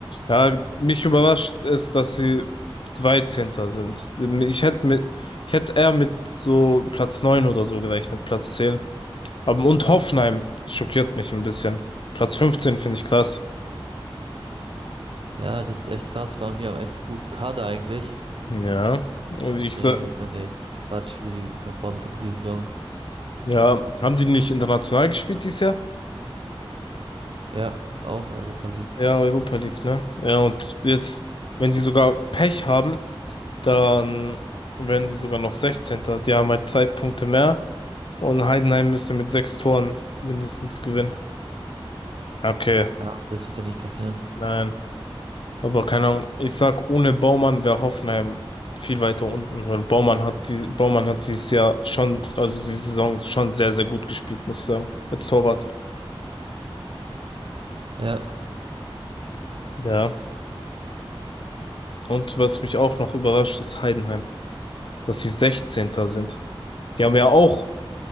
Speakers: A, on the left; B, on the right.
A: Ja, mich überrascht es, dass sie 13. sind. Ich hätte mit, ich hätte eher mit so Platz 9 oder so gerechnet, Platz 10. Aber und Hoffenheim schockiert mich ein bisschen. Platz 15 finde ich krass.
B: Ja, das ist echt krass, vor allem die haben echt gut Kader eigentlich.
A: Ja. Ich,
B: Deswegen
A: sa-
B: finde ich's Quatsch, wie die performt haben die Saison.
A: ja, haben die nicht international gespielt dieses Jahr?
B: Ja, auch Europa League.
A: Ja, Europa League, ne? Ja, und jetzt, wenn die sogar Pech haben, dann werden die sogar noch sechzehnter Die haben halt drei Punkte mehr und Heidenheim müsste mit sechs Toren mindestens gewinnen. Okay,
B: Ja, das wird ja nicht passieren.
A: nein. Aber keine Ahnung, ich sag, ohne Baumann wäre Hoffenheim viel weiter unten, weil Baumann hat die, Baumann hat dieses Jahr schon, also die Saison schon sehr, sehr gut gespielt, muss ich sagen, als Torwart.
B: Ja.
A: Ja. Und was mich auch noch überrascht, ist Heidenheim, dass sie sechzehnter sind. Die haben ja auch